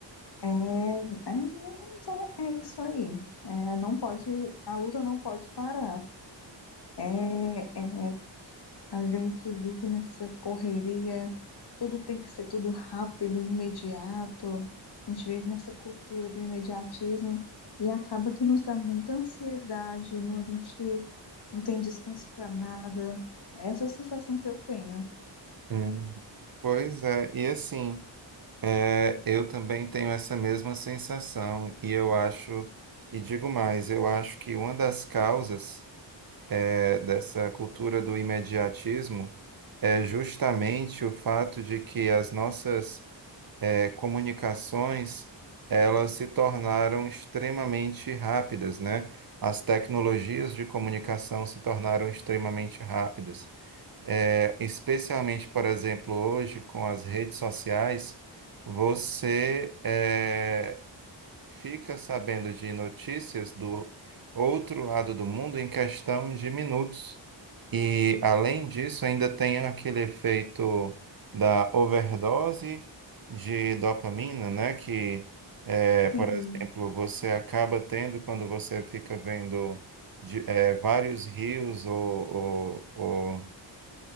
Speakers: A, on the left; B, on the right.
A: É, é, mas é, é isso aí. É, não pode, a luta não pode parar. É, é A gente vive nessa correria, tudo tem que ser tudo rápido, imediato. A gente vive nessa cultura do imediatismo e acaba que nos dá muita ansiedade, não, a gente não tem descanso para nada. Essa é a sensação que eu tenho.
B: Hum. Pois é, e assim. É, eu também tenho essa mesma sensação e eu acho, e digo mais, eu acho que uma das causas é, dessa cultura do imediatismo é justamente o fato de que as nossas é, comunicações elas se tornaram extremamente rápidas, né? As tecnologias de comunicação se tornaram extremamente rápidas. É, especialmente, por exemplo, hoje com as redes sociais, você é, fica sabendo de notícias do outro lado do mundo em questão de minutos. E, além disso, ainda tem aquele efeito da overdose de dopamina, né? Que, é, por
A: Sim,
B: exemplo, você acaba tendo quando você fica vendo de- é, vários rios ou, ou- ou